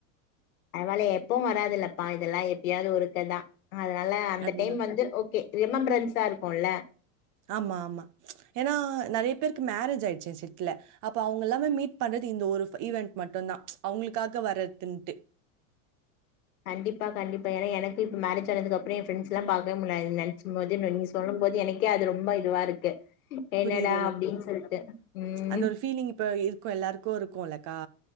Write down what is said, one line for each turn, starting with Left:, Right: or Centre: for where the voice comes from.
Left: பரவால எப்பவு வராதில்லப்பா இதெல்லா எப்பயாது ஒருக்கதா அதனால அந்த
Right: அதுதான்
Left: டைம் வந்து ஓகே ரிமெம்பர் அனுப்பிச்சிட்டாரு கொல
Right: ஆமாமா ஏனா நெறய பேருக்கு மேரேஜ் ஆயிடுச்சு செட்ல அப்ப அவுங்க எல்லாமே மீட் பண்றது இந்த ஒரு ஈவென்ட் மட்டுந்தா அவுங்களுக்காக வர்றதுன்ட்டு
Left: கண்டிப்பா கண்டிப்பா ஏனா எனக்கு இப்ப மேரேஜ் ஆனதுக்கப்றோ என் ஃப்ரெண்டஸ்ஸெல்லா பாக்கவே முல்ல அத நெ ச்சும்போது நீங்க சொல்லும்போது என கே அது ரொம்ப இதுவா இருக்கு என்னடா
Right: புரிது எனக்கு
Left: அப்படின்னு சொல்லிட்டு. ம்.
Right: அந்த ஒரு ஃபீலிங் இப்ப இருக்கு எல்லாருக்கு இருக் குல்லக்கா